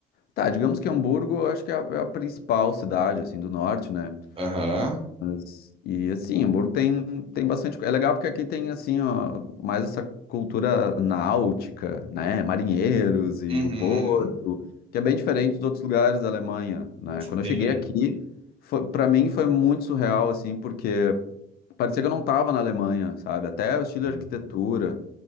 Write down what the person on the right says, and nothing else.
Aham.
Uhum.
Sim.
sim.